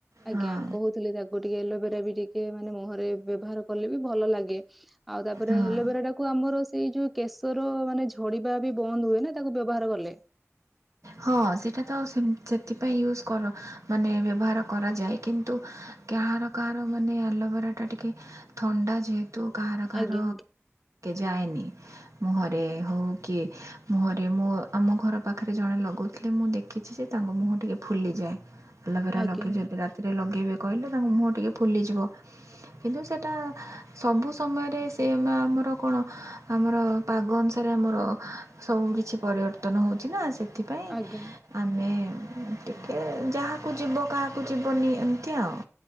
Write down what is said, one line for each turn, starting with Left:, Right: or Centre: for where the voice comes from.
Right: ହଁ
Centre: ଆଜ୍ଞା କହୁଥିଲି ତାକୁ ଗୋଟିକେ ଏଲୋଭେରା ବି ଟିକେ ମାନେ ମୁହରେ ବ୍ୟବହାର କଲେ ବି ଭଲ ଲାଗେ। ଆଉ ତାପରେ
Right: ହଁ।
Centre: ଏଲୋଭେରା ଟାକୁ ଆମର ସେଇ ଯୋଉ କେଶର ମାନେ ଝଡିବା ବି ବନ୍ଦ ହୁଏ ନା ତାକୁ ବ୍ୟବହାର କଲେ?
Right: ହଁ ସେଇଟା ତ ସେଥିପାଇଁ ୟୁଜୁ କରା ମାନେ ବ୍ୟବହାର କରାଯାଏ କିନ୍ତୁ? କାହାର କାହାର ମାନେ ଆଲୋଭେରା ଟା ଟିକେ ଥଣ୍ଡା ଯେହେତୁ ତୁ କାହାର କାହାର
Centre: ଆଜ୍ଞା
Right: ଯାଏନି, ମୁହରେ ହଉ କି ମୁହରେ ମୁଁ ଆମ ଘର ପାଖରେ ଜଣେ ଲଗାଉଥିଲେ ମୁଁ ଦେଖିଛି ଯେ ତାଙ୍କ ମୁହଁ ଟିକେ ଫୁଲିଯାଏ। ଆଲୋଭେରା
Centre: ଆଜ୍ଞା
Right: ଲଗେଇ ଯଦି ରାତିରେ ଲଗେଇବେ କହିଲେ ତାଙ୍କ ମୁହଁ ଟିକେ ଫୁଲିଯିବ। କିନ୍ତୁ ସେଟା ସବୁ ସମୟରେ ସେ ନା ଆମର କଣ ଆମର ପାଗ ଅନୁସାରେ ସେ ଆମର ସବୁ କିଛି ପରିବର୍ତ୍ତନ ହେଉଛି ନା ସେଥିପାଇଁ
Centre: ଆଜ୍ଞା।
Right: ଆମେ ଟିକେ ଯାହାକୁ ଯିବ କାହାକୁ ଯିବନି ଏମତି ଆଉ।